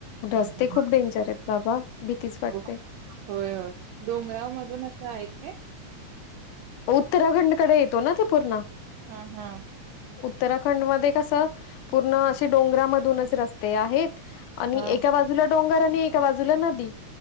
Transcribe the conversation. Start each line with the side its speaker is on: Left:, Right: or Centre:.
Left: रस्ते
Right: हम्म हम्म
Left: खूप डेंजरेत बाबा. भीतीच वाटते.
Right: होय होय डोंगरा मधूनच आहेत काय?
Left: उत्तराखंड कडे येतो ना ते पूर्ण.
Right: ह, ह.
Left: उत्तराखंड मध्ये कस पूर्ण अशी डोंगरामधूनच रस्ते आहेत, आणि
Right: हा
Left: एका बाजूला डोंगर आणि एका बाजूला नदी.